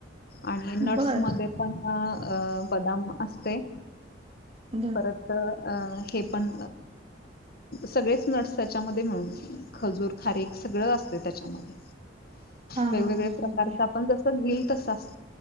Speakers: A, on the left; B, on the right.
A: आणि नट्स
B: बर
A: मधे पण अ.. अ बदाम असतयं.
B: बर
A: परत.. अ.. हे पण सगळेच नट्स त्याच्यामध्ये मिळून खजूर खारीक सगळं असतंय त्याच्यामधे..
B: हा
A: वेगवेगळे
B: हा हा
A: प्रकारचं
B: हा हा
A: आपण जस घील.. त अस